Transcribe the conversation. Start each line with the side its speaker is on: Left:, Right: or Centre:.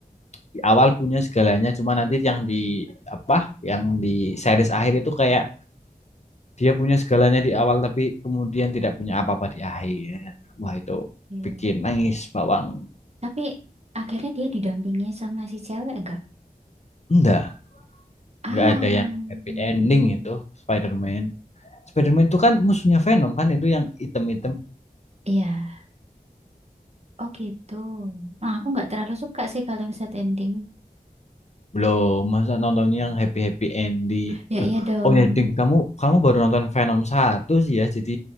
Left: di awal punya segalanya cuma nanti yang di apa yang di series akhir itu kayak dia punya segalanya di awal tapi kemudian tidak punya apa-apa di akhir wah itu
Right: Iya.
Left: bikin nangis bawang
Right: Tapi akhirnya dia didampingi sama si cewek enggak?
Left: enggak
Right: Ah,
Left: nggak ada
Right: hmm,
Left: yang happy ending itu Spider-Man. Spider-Man itu kan musuhnya Venom kan itu yang item-item.
Right: iya. Oh gitu. Nah, aku nggak terlalu suka sih kalau yang set ending.
Left: Belum, masa nontonnya yang happy-happy ending.
Right: Ya
Left: Loh,
Right: iya dong.
Left: oh ya Ding, kamu kamu baru nonton Venom satu sih ya. Jadi